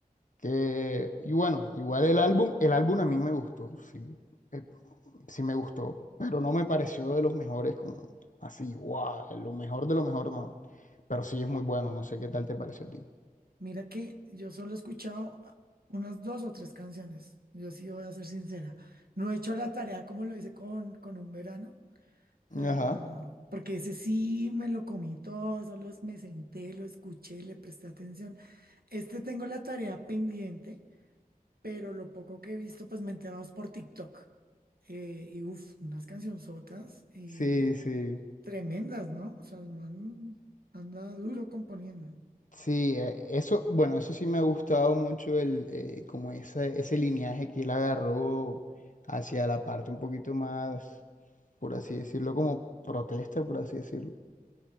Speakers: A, on the left; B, on the right.
A: Que, y bueno, igual el álbum, el álbum a mí me gustó, sí, eh, sí me gustó, pero no me pareció de los mejores, como así, guau, lo mejor de lo mejor no. Pero sí es muy bueno, no sé qué tal te pareció a ti.
B: Mira que yo solo he escuchado ah, unas dos o tres canciones. Yo sí voy a ser sincera. No he hecho la tarea como lo hice con, con un verano.
A: Ujú,
B: Ah,
A: Ajá,
B: porque ese sí me lo comí todo, solo me senté, lo escuché, le presté atención. Este tengo la tarea pendiente, pero lo poco que he visto, pues me he enterado es por TikTok. Eh, y uff, unas cancionzotas eh,
A: sí, sí.
B: tremendas, ¿no? O sea, el man anda duro componiendo.
A: Sí, eh, eso, bueno, eso sí me ha gustado mucho el, eh, como ese, ese lineaje que él agarró hacia la parte un poquito más, por así decirlo, como protesta, por así decirlo,